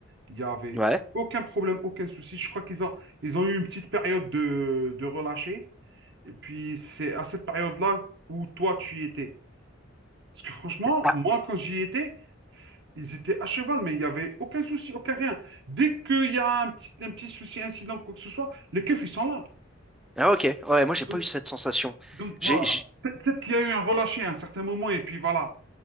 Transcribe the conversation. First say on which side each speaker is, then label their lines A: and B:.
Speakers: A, on the right (about 60°); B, in the centre.
A: Il y avait
B: Ouais.
A: aucun problème, aucun souci. Je crois qu'ils ont, ils ont eu une petite période de, de relâcher. Et puis, c'est à cette période-là où toi, tu y étais. Parce que franchement,
B: Ah,
A: moi, quand j'y étais, Ils étaient à cheval, mais il n'y avait aucun souci, aucun rien. Dès qu'il y a un petit, un petit souci, incident, quoi que ce soit, les keufs, ils sont là.
B: ah, ok. Ouais, moi, j'ai
A: Donc,
B: pas eu cette sensation.
A: donc
B: J'ai
A: voilà. Pe- Peut-être qu'il y a eu un relâché à un certain moment, et puis voilà.